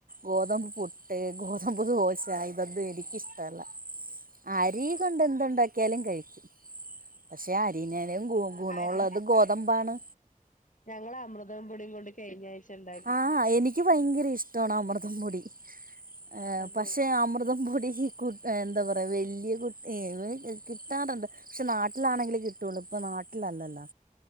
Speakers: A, on the right; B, on the left.
A: ഗോതമ്പ് പുട്ട്, ഗോതമ്പ്, ദോശ, ഇതന്നും എനക്ക് ഇഷ്ടല്ല. ആരി കൊണ്ട് എന്തുണ്ടാക്കിയാലും കഴിക്കും. പക്ഷെ അരിനാനും ഗുണവുള്ളത്
B: അരിന്റെ
A: ഗോതമ്പാണ്.
B: ഞങ്ങള് അമൃതം പൊടിം കൊണ്ട്. കഴ്ഞ്ഞ ആഴ്ച ഉണ്ട്.
A: ആഹ് എനിക്ക് ഭയങ്കര ഇഷ്ടാണ് അമൃതംപൊടി. ഏഹ്
B: അതെ
A: പക്ഷെ അമൃതം പൊടിഈ കു എന്താ പറയ വല്യ കുട്ടിഏ കിട്ടാറ്ണ്ട്. പക്ഷെ നാട്ടിലാണെങ്കില് കിട്ടൊള്ളു. ഇപ്പ നാട്ടിലല്ലല്ലൊ.